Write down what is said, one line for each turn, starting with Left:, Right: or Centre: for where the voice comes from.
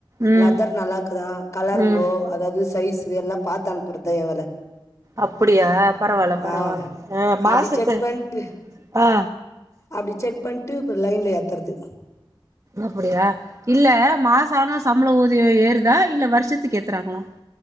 Right: ம்
Left: லெதர் நல்லா இருக்குதா கலருங்கோ
Right: ம்
Left: அதாவது சைஸ் எல்லா பா்த்து அனுப்புறது. தயவல
Right: அப்டியா பரவால்ல பரவால்ல
Left: ஆ
Right: அ மாசத்து
Left: அப்டி செக் பண்ணிட்டு
Right: ஆ
Left: அப்டி செக் பண்ணட்டு அறப் ற ஏத்துறது
Right: அப்புடியா இல்ல மாசனா சம்பளோ ஊதியோ ஏறுதா இல்ல வருஷத்துக்கு ஏத்துறாங்களா.